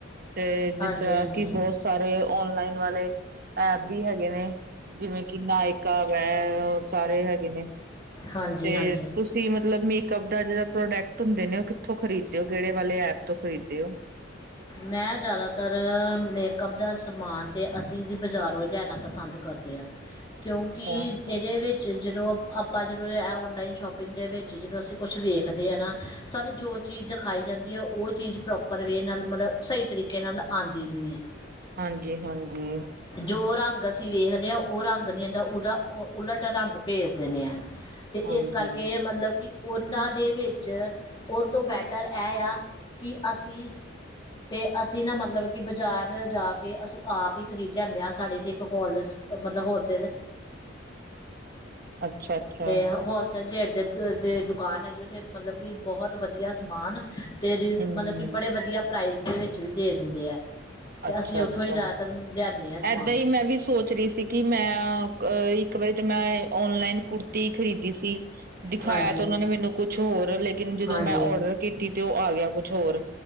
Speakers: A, on the right; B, on the left.
A: ਤੇ ਜਿਸ
B: ਹਾਂਜੀ
A: ਤਰ੍ਹਾਂ
B: ਹਾਂਜੀ
A: ਕਿ ਬਹੁਤ ਸਾਰੇ ਓਨਲਾਈਨ ਵਾਲੇ ਐਪ ਵੀ ਹੈਗੇ ਨੇ ਜਿਵੇਂ ਕਿ ਨਾਇਕਾ ਵੈ ਹੋਰ ਸਾਰੇ ਹੈਗੇ ਨੇ
B: ਹਾਂਜੀ
A: ਤੇ
B: ਹਾਂਜੀ
A: ਤੁਸੀਂ ਮਤਲਬ ਮੇਕਅਪ ਦਾ ਜਿਹੜਾ ਪ੍ਰੋਡਕਟ ਹੁੰਦੇ ਨੇ ਉਹ ਕਿੱਥੋਂ ਖਰੀਦਦੇਓ ਕਿਹੜੇ ਵਾਲੇ ਐਪ ਤੋਂ ਖਰੀਦਦੇ ਹੋ
B: ਮੈਂ ਜ਼ਿਆਦਾਤਰ ਮੇਕਅਪ ਦਾ ਸਮਾਨ ਅਤੇ ਅਸੀਂ ਬਜ਼ਾਰੋਂ ਲੈਣਾ ਪਸੰਦ ਕਰਦੇ ਹਾਂ ਕਿਉਂਕਿ
A: ਅੱਛਾ
B: ਇਹਦੇ ਵਿੱਚ ਜਦੋਂ ਆਪਾਂ ਜਦੋਂ ਔਨਲਾਈਨ ਸ਼ੋਪਿੰਗ ਦੇ ਵਿੱਚ ਜਦੋਂ ਅਸੀਂ ਕੁਛ ਵੇਖਦੇ ਹ ਨਾ ਸਾਨੂੰ ਜੋ ਚੀਜ਼ ਦਿਖਾਈ ਜਾਂਦੀ ਹੈ ਉਹ ਉਹ ਚੀਜ਼ ਪ੍ਰੋਪਰ ਵੇ ਨਾਲ ਮਤਲਬ ਸਹੀ ਤਰੀਕੇ ਨਾਲ ਆਉਂਦੀ ਨੀ ਹੈ
A: ਹਾਂਜੀ ਹਾਂਜੀ
B: ਜੋ ਰੰਗ ਅਸੀਂ ਵੇਖਦੇ ਹਾਂ ਉਹ ਰੰਗ ਨੀ ਹਂਦਾ ਉਹਦਾ ਉਲਟ ਰੰਗ ਭੇਜ ਦਿੰਦੇ ਆਾਂ ਤੇ
A: ਹਾਂਜੀ
B: ਇਸ ਕਰਕੇ ਮਤਲਬ ਕਿ ਉਹਨਾਂ ਦੇ ਵਿੱਚ ਉਹ ਤੋਂ ਬੈਟਰ ਇਹ ਆ ਕਿ ਅਸੀਂ ਤੇ ਅਸੀਂ ਨਾ ਮਤਲਬ ਕਿ ਬਜ਼ਾਰ ਜਾ ਕੇ ਅਸੀਂ ਆਪ ਹੀ ਖ਼ਰੀਦ ਲੈਂਦੇ ਹਾਂ ਸਾਡੇ ਇੱਥੇ ਇੱਕ ਹੋਲ ਮਤਲਬ ਹੋਲਸੇਲ
A: ਅੱਛਾ-ਅੱਛਾ
B: ਤੇ ਹੋਲਸੇਲ ਰੇਟ ਦੇ ਦੇ ਦੁਕਾਨ ਹੈਗੀ ਉੱਥੇ ਮਤਲਬ ਕਿ ਬਹੁਤ ਵਧੀਆ ਸਮਾਨ ਤੇ
A: ਹੂੰ
B: ਮਤਲਬ ਕਿ ਬੜੇ ਵਧੀਆ ਦੇ ਵਿੱਚ ਵੀ ਦੇ ਦਿੰਦੇ ਆ। ਅਤੇ
A: ਅੱਛਾ
B: ਅਸੀਂ ਉੱਥੋਂ
A: ਅੱਛਾ
B: ਹੀ ਜ਼ਿਆਦਾਤਰ ਲਿਆਉਂਦੇ ਹਾਂ ਸਮਾਨ
A: ਏਦਾਂ ਹੀ ਮੈਂ ਵੀ ਸੋਚ ਰਹੀ ਸੀ ਕਿ ਮੈਂ ਅ ਇੱਕ ਵਾਰੀ ਤੇ ਮੈਂ ਓਨਲਾਈਨ ਕੁੜਤੀ ਖਰੀਦੀ ਸੀ ਦਿਖਾਇਆ
B: ਹਾਂਜੀ
A: ਤੇ ਉਹਨਾਂ ਨੇ ਮੈਨੂੰ ਕੁਛ ਹੋਰ <unintelligible> ਲੇਕਿਨ ਜਦੋਂ
B: ਹਾਂਜੀ
A: ਮੈਂ ਔਡਰ ਕੀਤੀ ਤੇ ਉਹ ਆ ਗਿਆ ਕੁਛ ਹੋਰ